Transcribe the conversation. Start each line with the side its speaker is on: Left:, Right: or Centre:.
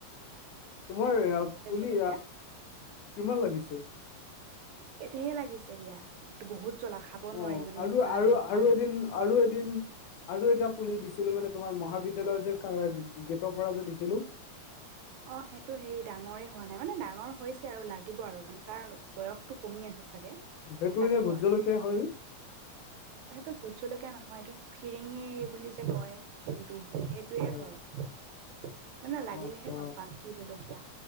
Left: তোমাৰ পুলি
Right: জলকীয়া
Left: কিমান লাগিছে
Right: এটো হে লাগিছে দিয়া বহুত জ্বলা খাব
Left: অ
Right: নোৱাৰি মানে
Left: আৰু
Right: ইমান
Left: আৰু
Right: জ্বলা
Left: আৰু এদিন আৰু এদিন আৰু এটা পুলি দিছে ছিলো মানে তোমাৰ মহাবিদ্যালয় যে গেটৰ পৰা যে দিছিলো
Right: অ সেইটো হেৰি ডাঙৰে হোৱা নাই মানে ডাঙৰ হৈছে আৰু লাগিব আৰু মানে তাৰ বয়সতটো কমি আছে
Left: সেইটো
Right: লাগ
Left: এনে ভোট
Right: আৰু
Left: জলকীয়া হয়নে?
Right: সেইটো বুজ জলকীয়া নহয় সটো ফিৰিঙি বুলি যে কয় সটো সেইটোৱে
Left: হয়।
Right: হয়। মানে লাগিলেহে
Left: অ' আচ্ছা,
Right: গম পাম কি জলকীয়া